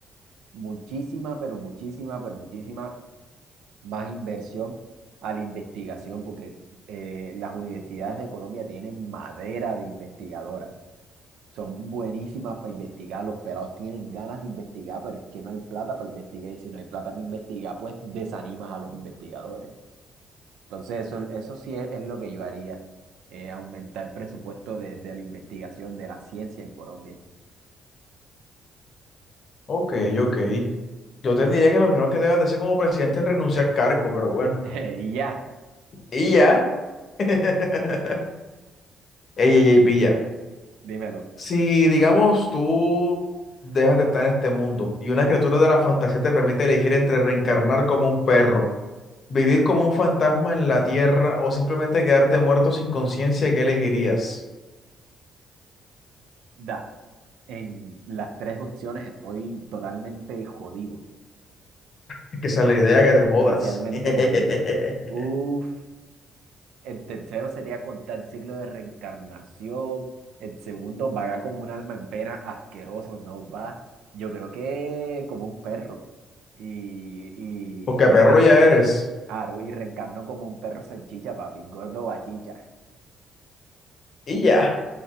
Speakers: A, on the right; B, on the left.
A: muchísima, pero muchísima, pero muchísima más inversión a la investigación, porque eh, las universidades de Colombia tienen madera de investigadoras. Son buenísimas para investigar, los pelados tienen ganas de investigar, pero es que no hay plata para investigar y si no hay plata para investigar, pues desanimas a los investigadores. Entonces, eso, eso sí es, es lo que yo haría, eh, aumentar el presupuesto de, de la investigación de la ciencia en Colombia.
B: ok, ok. Yo te diría que lo primero que debes de hacer como presidente es renunciar al cargo, pero bueno.
A: <laughs> y ya,
B: Y ya. <laughs> Ey, ey, ey, pilla.
A: dímelo,
B: Si, digamos, tú dejas de estar en este mundo y una criatura de la fantasía te permite elegir entre reencarnar como un perro, vivir como un fantasma en la tierra o simplemente quedarte muerto sin conciencia, ¿qué elegirías?
A: da, en las tres opciones estoy totalmente jodido.
B: Es que esa es la idea que te jodas.
A: Oficialmente
B: <laughs>
A: jodido. Uf, el tercero sería contar el ciclo de reencarnación. El segundo, vagar como un alma en pena, asqueroso, no va. Yo creo que como un perro. Y, y,
B: Porque perro
A: y, re-
B: ya eres.
A: claro, y reencarno como un perro salchicha, papi, gordo bachicha.
B: Y ya.